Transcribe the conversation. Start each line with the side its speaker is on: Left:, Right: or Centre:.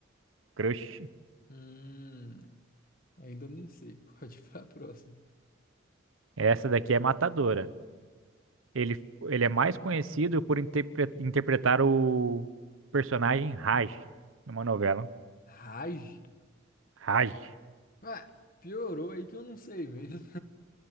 Right: Crush.
Left: Hum, ainda não sei. <laughs> Pode ir pra próxima.
Right: Essa daqui é matadora. Ele, ele é mais conhecido por interpre- interpretar o personagem Raj numa novela.
Left: Rage.
Right: Raj.
Left: Ah, piorou aí que eu não sei mesmo.